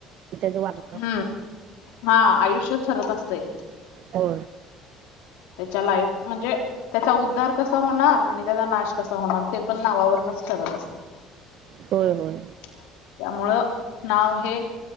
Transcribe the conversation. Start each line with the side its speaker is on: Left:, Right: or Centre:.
Right: त्याच वाप
Left: हम्म हा आयुष्य ठरत असते.
Right: हो.
Left: त्याच्या लाईफ म्हणजे त्याचा उद्धार कसा होणार आणि त्याचा नाश कसा होणार ते पण नावावर. करत असते.
Right: होय होय
Left: त्यामुळं नाव हे